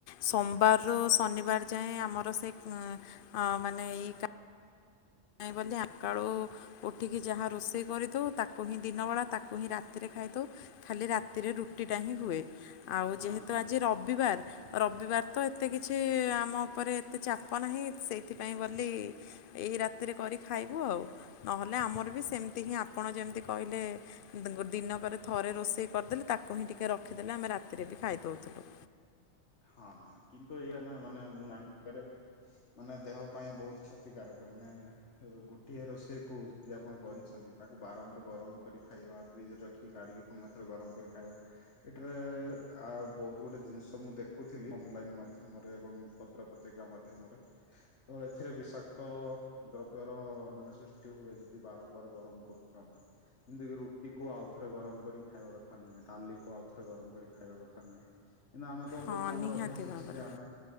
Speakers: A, on the left; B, on the left.
A: ସୋମବାରରୁୁ ଶନିବାର ଯାଏ ଆମର ସେ ହଁ ମାନେ ଏଇ ନାଇଁ ବ ଆକାଳୁ ଉଠିକି ଯାହା ରୋଷେଇ କରିଥାଉ ତାକୁ ହିଁ ଦିନ ବଳା ତାକୁ ହିଁ ରାତିରେ ଖାଇଦଉ ଖାଲି ରାତିରେ ରୁଟି ଟା ହିଁ ହୁଏ ଆଉ
B: ହଁ
A: ଯେହେତୁ
B: ହଁ।
A: ଆଜି ରବିବାର ରବିବାର ତ ଏତେ କିଛି ଆମ ଉପରେ ଏତେ ଚାପ ନାହିଁ, ସେଇଥିପାଇଁ ବୋଲି ଏଇ ରାତି ରାରେ କରି ଖାଇବୁ ଆଉ ନହେଲେ ଆମର ବି ସେମିତି ହିଁ ଆପଣ ଯେମିତି କହିଲେ ଦିନ ଥରେ ରୋଷେଇ କରିଦେଲେ, ତାକୁ ହିଁ ଟିକେ ରଖିଦେଲେ ଆମେ ରାତିରେ ବି ଖାଇଦଉଥିଲୁ।
B: ହଁ କିନ୍ତୁ ଏଇା ନା ମାନେ ମୁଁ ଜାଣି କରେ ମାନେ ଦେହ ପାଇଁ ବହୁତ କ୍ଷତିକାରକ ମାନେ ଗୋଟିଏ ରୋଷେଇ କ ଯଦି ଆପଣ କରିଛନ୍ତି, ତାକୁ ବାରମ୍ବାର ଗରମ କରି ଖାଇବା ପାଇଁ ଫ୍ରିଜରେ ରଖି କାଢିକି ପୁଣିଥରେ ଗରମ କରି ଖାଇବା ଏଠାରେ ଆ ବହୁତ ଗୋଟେ ଜିନିଷ ମୁଁ ଦେଖ ରଖଥିଲି ଅନଲାଇନ ମାଧ୍ୟମରେ ଏବଂ ପତ୍ର ପତ୍ରିକା ମାଧ୍ୟମରେ ତ ଏଥିରେ ବିଷାକ୍ତ ଦ୍ରବ୍ୟର ମାନେ ସୃଷ୍ଟି ହୁଏ ଯଦି ବାରମ୍ବାର ଗରମ କରୁଛୁ ଆମେ ଯେମିତି ରୁଟି କ ଆଉଥରେ ଗରମ କରି ଖାଇବା କଥା ନୁହେଁ, ଡାଲି କୁ ଆଉଥରେ ଗରମ କରି ଖାଇବା କଥା ନୁହେଁ, କି ଆମେ କଣ
A: ହଁ
B: କରୁଛୁ ଆମର
A: ନିହାତି
B: ଅଭ୍ୟାସ
A: ଭାବରେ
B: ଅଛି ଯେ ଆମେ